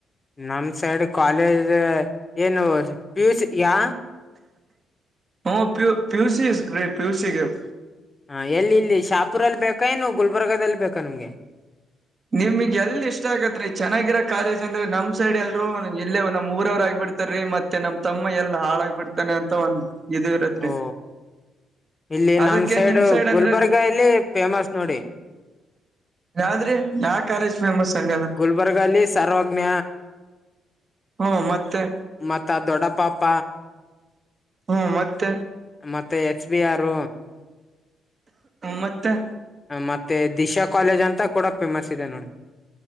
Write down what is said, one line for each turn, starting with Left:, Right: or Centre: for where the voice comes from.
Left: ನಮ್ಮ್ ಸೈಡ್ ಕಾಲೇಜ್ ಏನು ಪ್ಯೂಸ್ ಯಾ.
Right: ಹ ಪು ಪಿಯು ಇಸ್ ಗ್ರೇಟ್ ಪಿಯುಸಿ ಆಗೇವ್.
Left: ಹ ಎಲ್ಲಿ ಇಲ್ಲಿ ಶಾಪುರಲ್ಲಿ ಬೇಕಾ ಏನು ಗುಲ್ಬರ್ಗಲ್ಲಿ ಬೇಕಾ ನಮ್ಗೆ.
Right: ನಿಮ್ಗ್ ಎಲ್ ಇಷ್ಟ ಆಗತ್ ರಿ ಚೆನ್ನಾಗಿರೋ ಕಾಲೇಜ್ ಅಂದ್ರೆ ನಮ್ ಸೈಡ್ ಎಲ್ರು ಇಲ್ಲೇ ನಮ್ ಊರವ್ರು ಆಗ್ಬಿಡ್ತಾರೀ ಮತ್ ಮತ್ತೆ ನಮ್ಮ ತಮ್ಮ ಎಲ್ಲಿ ಹಾಳಾಗಿ ಬಿಡ್ತಾನೆ ಅಂತ ಒಂದ ಇದು ಇರುತ್ತೆ.
Left: ಓ ಇಲ್ಲಿ
Right: ಅದಕ್ಕೆ
Left: ನಮ್ ಸೈಡ್
Right: ನಿಮ್
Left: ಗುಲ್ಬರ್ಗ
Right: ಅಂದ್ರೆ
Left: ಇಲ್ಲಿ ಫೇಮಸ್ ನೋಡಿ.
Right: ಯಾವ್ಧ್ ರಿ ಯಾ ಕಾಲೆಜ್ ಫೇಮಸ್ ಅಲ್ಲಿ.
Left: ಗುಲ್ಬರ್ಗ ಅಲ್ಲಿ ಸರ್ವಜ್ಞ.
Right: ಹ್ಮ ಮತ್ತೆ.
Left: ಮತ್ತ ದೊಡ್ಡ ಪಾಪ.
Right: ಹ್ಮ್ ಮತ್ತೆ.
Left: ಮತ್ತೆ ಎಚ್ ಬಿ ಆರ್.
Right: ಮತ್ತೆ.
Left: ಮತ್ತೆ ದಿಶಾ ಕಾಲೇಜ್ ಅಂತ ಕೂಡ ಫೇಮಸ್ ಇದೆ ನೋಡಿ.